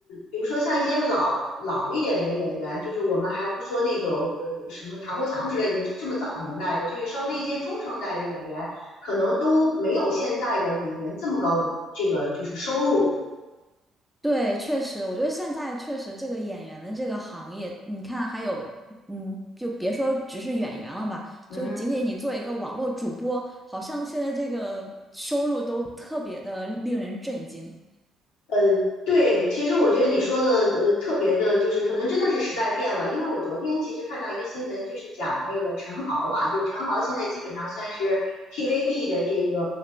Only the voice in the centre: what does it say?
对，确实，我觉得现在确实这个演员的这个行业，你看还有，嗯，就别说只是演员了吧，
就仅仅你做一个网络主播，好像现在这个收入都特别的令人震惊。